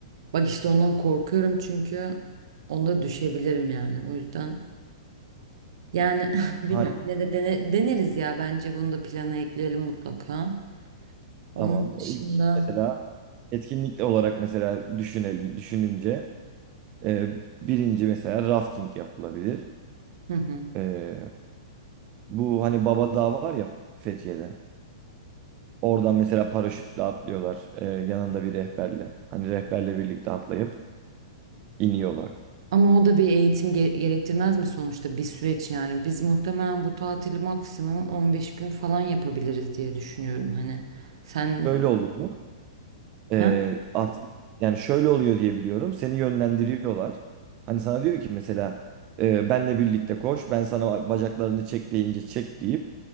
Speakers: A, on the right; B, on the right.
A: Bak işte ondan korkuyorum çünkü onda düşebilirim yani. O yüzden yani <laughs> bilmiyorum.
B: Ha,
A: Yine de dene- deneriz ya bence bunu da plana ekleyelim mutlaka. Onun
B: tamam.
A: dışında
B: İlk mesela etkinlik olarak mesela düşünelim, düşününce Ee, birinci mesela rafting yapılabilir.
A: hı hı.
B: Ee, bu hani Baba Dağı var ya Fethiye'de. Oradan mesela paraşütle atlıyorlar. ee, yanında bir rehberle. Hani rehberle birlikte atlayıp iniyorlar.
A: Ama o da bir eğitim ge- gerektirmez mi sonuçta bir süreç yani. Biz muhtemelen bu tatili maksimum 15 gün falan yapabiliriz diye düşünüyorum hani. Sen
B: Böyle oluyor.
A: ha?
B: Ee, as- yani şöyle oluyor diye biliyorum. Seni yönlendiriyorlar. Hani sana diyor ki mesela e, benle birlikte koş. Ben sana bacaklarını çek deyince çek deyip